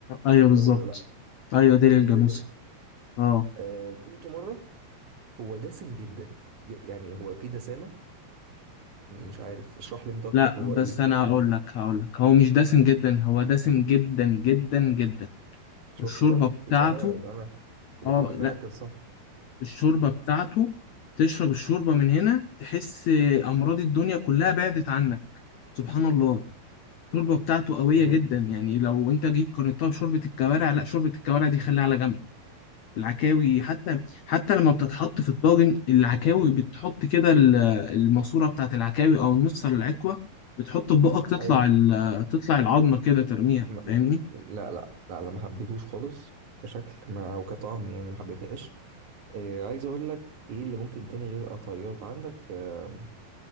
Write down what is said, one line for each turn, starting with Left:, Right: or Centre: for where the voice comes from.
Left: ايوه بالظبط
Right: لا ولا لا
Left: ايوه
Right: هو
Left: ديل
Right: فعلا
Left: الجاموسه
Right: ديل الجاموسه
Left: اه
Right: آه، دوقته مره هو دسم جدا ج- يعني هو فيه دسامه مش عارف اشرح لي انت اكتر
Left: لا
Right: هو
Left: بس
Right: ايه
Left: انا
Right: يعني
Left: هقول لك هقول لك هو مش دسم جدا هو دسم جدا جدا جدا
Right: شفت
Left: الشوربه
Right: بقى
Left: بتاعته
Right: يبقى فعلا انا اللي
Left: اه
Right: دوقته
Left: لا
Right: فعلا كان صح
Left: الشوربة بتاعته تشرب الشوربة من هنا تحس أمراض الدنيا كلها بعدت عنك سبحان الله الشوربة بتاعته قوية
Right: امم
Left: جدا يعني لو أنت جيت قارنتها بشوربة الكوارع لا شوربة الكوارع دي خليها على جنب العكاوي حتى حتى لما بتتحط في الطاجن العكاوي بتحط كده ال- الماسورة بتاعت العكاوي أو النص على العكوة بتحط في بقك تطلع
Right: حلو
Left: ال- تطلع العظمة كده ترميها
Right: م-
Left: فاهمني
Right: م- لا لا لا لا ما حبيتهوش خالص كشكل ما او كطعم يعني ما حبيتهاش إيه عايز اقول لك ايه اللي ممكن تاني غير قطعيات عندك آم،